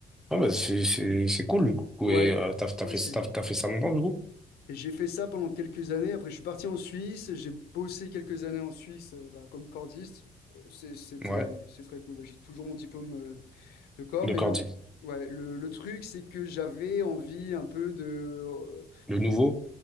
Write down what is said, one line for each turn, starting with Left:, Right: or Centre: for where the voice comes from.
Centre: Ah bah c'est c'est c'est cool, du coup.
Left: Ouais.
Centre: Et euh, t'as t'as
Left: Ouais,
Centre: fait,
Left: c'est.
Centre: t'as, t'as fait ça longtemps, du coup?
Left: Et j'ai fait ça pendant quelques années. Après, je suis parti en Suisse. J'ai bossé quelques années en Suisse euh, bah, comme cordiste. Euh, c'est- C'était,
Centre: Ouais,
Left: c'est très cool. Bah, j'ai toujours mon diplôme euh, de corde.
Centre: de
Left: Mais
Centre: cordier.
Left: le, ouais, le, le truc, c'est que j'avais envie un peu de euh,
Centre: Le nouveau?